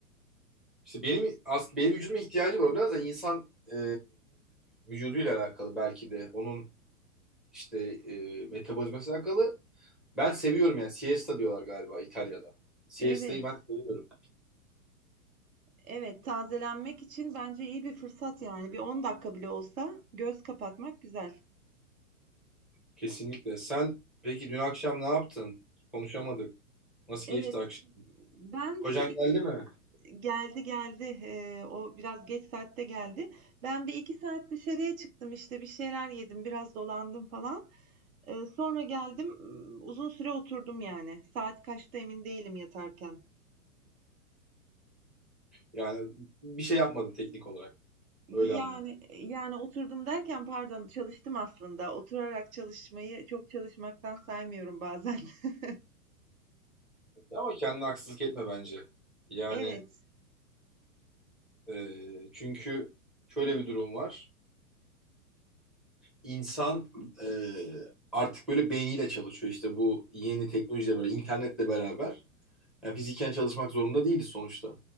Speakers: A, in the centre; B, on the right.
A: İşte benim aslında benim vücuduma ihtiyacı var. Biraz da insan e, vücuduyla alakalı belki de. Onun işte e, metabolizmasıyla alakalı. Ben seviyorum yani. Siesta diyorlar galiba İtalya'da. Siesta'yı
B: Evet.
A: ben seviyorum.
B: Evet, tazelenmek için bence iyi bir fırsat yani. Bir 10 dakika bile olsa göz kapatmak güzel.
A: Kesinlikle. Sen peki dün akşam ne yaptın? Konuşamadık. Nasıl
B: Evet,
A: geçti akşam?
B: ben
A: Kocan
B: bir iki
A: geldi mi?
B: geldi geldi eee, o biraz geç saatte geldi. Ben bir iki saat dışarıya çıktım işte bir şeyler yedim biraz dolandım falan. Eee, sonra geldim ım, uzun süre oturdum yani saat kaçta emin değilim yatarken.
A: Yani bir şey yapmadın teknik olarak.
B: Yani
A: Öyle anlıyorum.
B: yani oturdum derken pardon çalıştım aslında oturarak çalışmayı çok çalışmaktan saymıyorum bazen. <laughs>
A: Ama kendine haksızlık etme bence. Yani
B: Evet
A: Ee, çünkü şöyle bir durum var. İnsan e, artık böyle beyniyle çalışıyor işte bu yeni teknolojiyle beraber, internetle beraber. Yani fiziken çalışmak zorunda değiliz sonuçta.